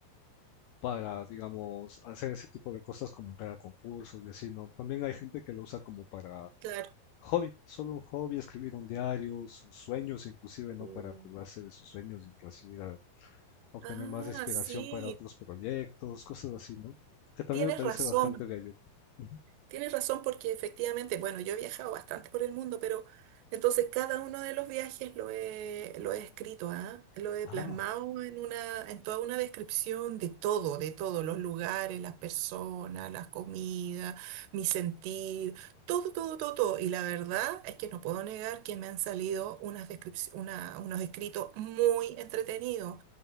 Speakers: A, on the left; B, on the right.
A: para, digamos, hacer ese tipo de cosas como entrar a concursos y así, ¿no? También hay gente que lo usa como para
B: Claro.
A: hobby, solo un hobby, escribir un diario, sus sueños inclusive, ¿no?
B: Mm.
A: Para acordarse de sus sueños y recibir obtener
B: Ah,
A: más inspiración
B: sí,
A: para otros proyectos, cosas así, ¿no? Que también
B: tienes
A: me parece
B: razón.
A: bastante de ayuda. Ujú.
B: Tienes razón porque efectivamente, bueno, yo he viajado bastante por el mundo, pero entonces cada uno de los viajes lo he, lo he escrito, ¿ah? Lo he
A: Ah,
B: plasmado en una, en toda una descripción de todo, de todos los lugares, las personas, las comidas, mi sentir, todo, todo, todo, todo. Y la verdad es que no puedo negar que me han salido unas descripci- una- unos escritos muy entretenidos